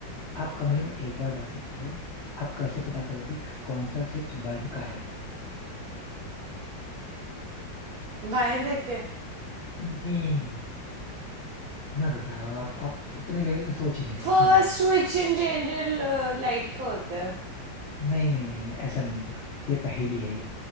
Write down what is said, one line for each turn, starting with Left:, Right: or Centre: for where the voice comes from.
Left: आप कमरे में एक बार जा सकते हो आप कैसे पता करोगे कि कौन सा स्विच बल्ब का है
Right: बाहर देख के
Left: नहीं मैं बता रहा हूँ आप आप उतने लेवल का सोच ही नहीं रहे
Right: First
Left: हो सिंपल है
Right: switch in general light का होता है
Left: नहीं नहीं नहीं नहीं ऐसा नहीं होता ये पहेली है ये